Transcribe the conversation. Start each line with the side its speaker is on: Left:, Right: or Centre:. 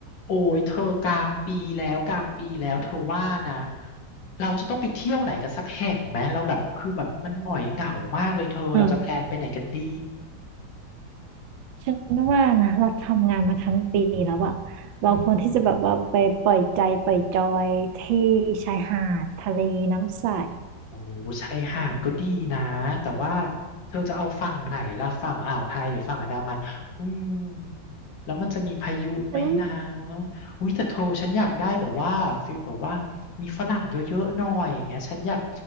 Left: โอ้ยเธอกลางปีแล้วกลางปีแล้วเธอว่านะเราจะต้องไปเที่ยวไหนกันสักแห่งไหมเราแบบคือแบบมันหงอยเหงามากเลยเธอเราจะแพลนไปไหนกันดี
Right: อืมฉันว่านะเราทำงานมาทั้งปีแล้วอะเราควรที่จะแบบว่าไปปล่อยใจปล่อยจอยที่ชายหาดทะเลน้ำใส
Left: อืม โอ้ชายหาดก็ดีนะแต่ว่าเธอจะเอาฝั่งไหนล่ะฝั่งอ่าวไทยหรือฝั่งอันดามันอืมแล้วมันจะมีพายุไหมนะ
Right: ฉัน
Left: อุ้ยแต่เธอฉันอยากได้แบบว่าฟิลแบบว่ามีฝรั่งเยอะๆหน่อยอย่างเงี้ยฉันอยาก